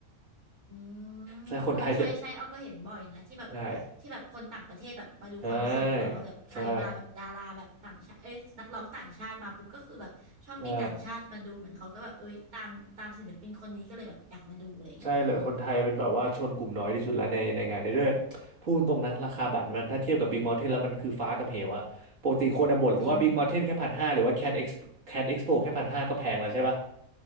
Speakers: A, on the right; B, on the right.
A: อืมเออใช่ใช่อ้อก็เห็นบ่อยนะที่แบบ
B: ใช่คนไทยจะใช่
A: ที่แบบคนต่างประเทศแบบมาดูคอนเสิร์ตเราแล้วแบบใครมาแบบดาราแบบต่างชาติเอ้ยนักร้องต่างชาติมาปุ๊บก็คือแบบชอบมีต่างชาติมาดูเหมือนเขาก็แบบเอ้ยตามตามศิลปินคนนี้ก็เลยแบบอยากมาดูอะไรอย่างนี้
B: ใช่ใช่ใช่ ใช่เลยคนไทยเป็นแบบว่าชนกลุ่มน้อยที่สุดแล้วในในงานนี้ด้วยพูดตรงนะราคาบัตรมันถ้าเทียบกับ Big Mountain แล้วมันคือฟ้ากับเหวอะปกติคนอะบ่นว่า
A: จริง
B: Big Mountain แค่พันห้าหรือว่า Cat Ex Cat Expo แค่พันห้าก็แพงแล้วใช่ป่ะ